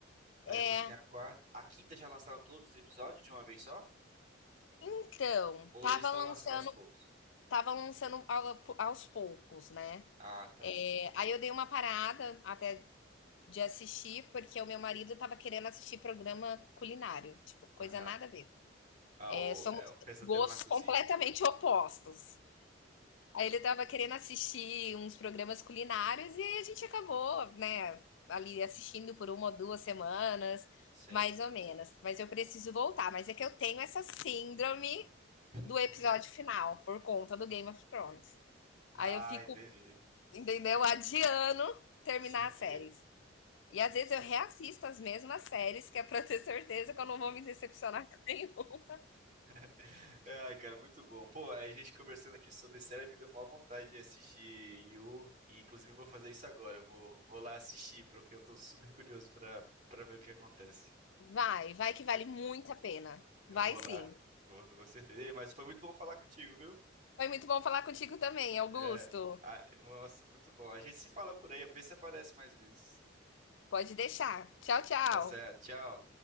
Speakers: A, on the right; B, on the left.
A: Aí
B: é.
A: depois tem a quarta. A quinta já lançaram todos os episódios de uma vez só?
B: Então,
A: Ou
B: tava
A: eles estão
B: lançando
A: lançando aos poucos?
B: tava lançando ao aos poucos, né.
A: Ah, tá.
B: Eh, aí eu dei uma parada até de assistir, porque o meu marido tava querendo assistir programa culinário, tipo, coisa
A: Aham.
B: nada a ver.
A: Ah,
B: é
A: o,
B: somos
A: é o pesadelo
B: gostos
A: na cozinha?
B: completamente opostos. Aí ele estava querendo assistir uns programas culinários e aí a gente acabou, né, ali assistindo por uma ou 2 semanas,
A: Sei.
B: mais ou menos. Mas eu preciso voltar, mas é que eu tenho essa síndrome
A: <laughs>
B: do episódio final, por conta do Game of Thrones.
A: Ah,
B: Aí eu fico,
A: entendi.
B: entendeu? Adiando terminar
A: Só que
B: as séries. E às vezes eu reassisto as mesmas séries, que é pra ter certeza que eu não vou me decepcionar com nenhum.
A: <laughs> Ai, cara, muito bom. Pô, a gente conversando aqui sobre série me deu maior vontade de assistir Yu, e inclusive vou fazer isso agora. Eu vou, vou lá assistir, porque eu tô super curioso pra, pra ver o que acontece.
B: Vai, vai que vale muito a pena.
A: Eu
B: Vai
A: vou
B: sim.
A: lá, vou, com certeza. Ei, Mas foi muito bom falar contigo, viu?
B: Foi muito bom falar contigo também, Augusto.
A: É, ah, nossa, muito bom. A gente se fala por aí, vê se aparece mais vezes.
B: Pode deixar. Tchau, tchau.
A: Tá certo, tchau.